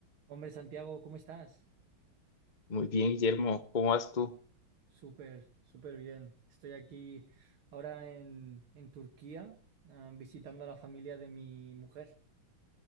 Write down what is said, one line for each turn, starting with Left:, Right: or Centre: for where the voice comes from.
Right: Hombre, Santiago, ¿cómo estás?
Left: Muy bien, Guillermo, ¿cómo vas tú?
Right: Súper, súper bien. Estoy aquí ahora en, en Turquía, ah, visitando a la familia de mi mujer.